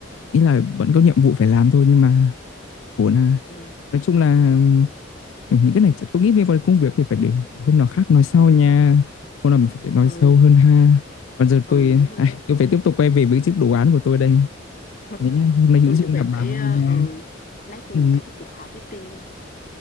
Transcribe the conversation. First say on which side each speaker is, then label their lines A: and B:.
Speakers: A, on the left (about 80°); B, on the left (about 40°).
A: ý là vẫn có nhiệm vụ phải làm thôi nhưng mà ổn à
B: ừ
A: nói chung là
B: ừ
A: ừ, những cái này chắc tôi nghĩ liên quan đến công việc thì phải để hôm nào khác nói sau nha hôm nào mình sẽ nói
B: ừ,
A: sâu hơn ha còn giờ
B: ừ
A: tôi
B: đúng rồi
A: ai,
B: đó
A: tôi phải tiếp tục quay về với chiếc đồ án của tôi đây
B: <laughs>
A: thế nhá hôm nay hữu
B: tôi
A: duyên
B: chuẩn bị
A: gặp
B: phải
A: bà vui
B: ờ,
A: nha
B: ừ lát tuần
A: ừ,
B: có cái cuộc họp meeting nữa.